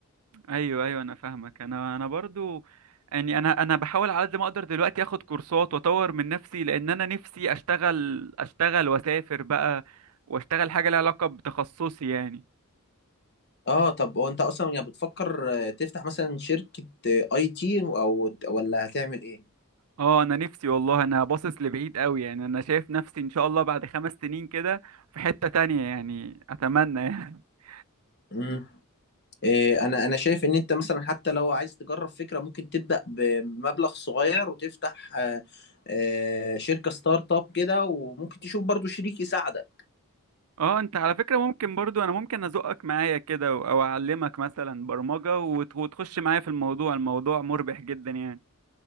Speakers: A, on the right; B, on the left.
A: ايوه ايوه انا فاهمك انا انا برضو يعني انا انا بحاول على قد ما اقدر دلوقتي اخد كورسات واطور من نفسي لان انا نفسي اشتغل اشتغل واسافر بقى واشتغل حاجه لها علاقه بتخصصي يعني
B: اه طب وانت اصلا يعني بتفكر آه، تفتح مثلا شركة اي تي او ولا هتعمل ايه؟
A: اه انا نفسي والله انا باصص لبعيد قوي يعني انا شايف نفسي ان شاء الله بعد خمس سنين كده في حته تانية يعني اتمنى يعني <laughs>
B: امم إيه انا انا شايف ان انت مثلا حتى لو عايز تجرب فكرة ممكن تبدأ بمبلغ صغير وتفتح آه، آه، شركة ستارت اب كده وممكن تشوف برضو شريك يساعدك
A: اه انت على فكره ممكن برضو انا ممكن ازقك معايا كده او اعلمك مثلا برمجه وت- وتخش معايا في الموضوع الموضوع مربح جدا يعني